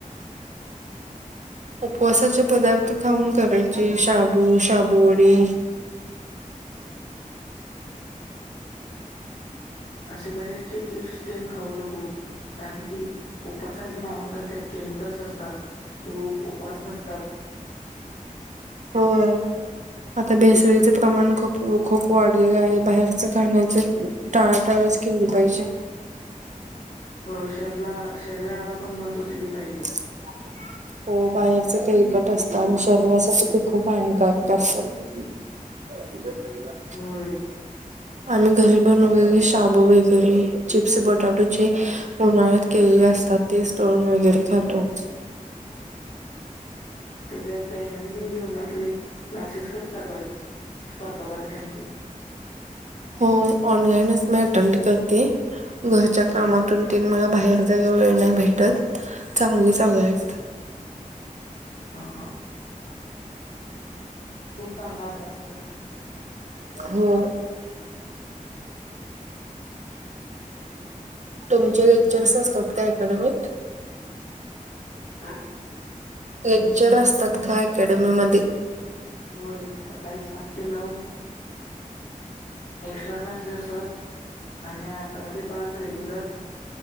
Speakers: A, on the right (about 55°); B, on the left (about 85°).
A: उपवासाचे पदार्थ खाऊन करायचे शाबू शाबुवडी
B: असे बाहेरचे चिप्स तेन खाऊ नको कारण की उपासाचे नावाखाली त्यात केमिकल्स असतात ते उपवास नसतात.
A: होय आता भेसळीचे प्रमाण खूप, खूप वाढलेलं आहे बाहेरचं खाण्याचं टाळाटाळच केली पाहिजे.
B: हो शरला शरीराला पण महत्त्व दिले पाहिजे.
A: <unintelligible> हो बाहेरच तेलकट असतं आणि शरीरासाठी ते खूप हानिकारक असतं. हा तिनं पाहिला
B: होय
A: आम्ही घरी बनवलेले शाबू वगैरे चिप्स बटाटोचे उन्हाळ्यात केलेले असतात तेच तळून वगैरे खातो.
B: तुझ्या दैनंदिन जीवनातले क्लासेस कसे चालू आहेत स्पर्धा परीक्षांची
A: हो ऑनलाईनच मी अटेंड करते. घरच्या कामातून ते मला बाहेर जायला वेळ नाही भेटत चांगली सवय आहेत
B: हा हा खूप चांगला अभ्यास कर
A: हो तुमचे लेक्चर्स असतात का अकॅडमीत
B: काय
A: लेक्चर असतात का अकॅडमी मध्ये
B: होय सकाळी सात ते नऊ एक्स्ट्रा क्लासेस असतात आणि अकरा ते पाच रेग्युलर